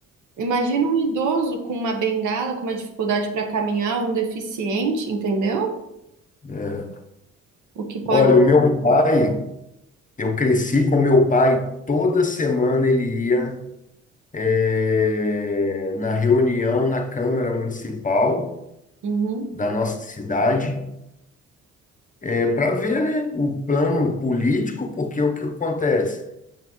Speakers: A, on the right (about 75°); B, on the left (about 25°).
A: Imagina um idoso com uma bengala, com uma dificuldade para caminhar, um deficiente, entendeu?
B: É.
A: O que pode.
B: Olha, o meu pai, eu cresci com meu pai, toda semana ele ia. é, na reunião na Câmara Municipal
A: Uhum,
B: da nossa cidade, é, para ver, né, o plano político, porque o que acontece?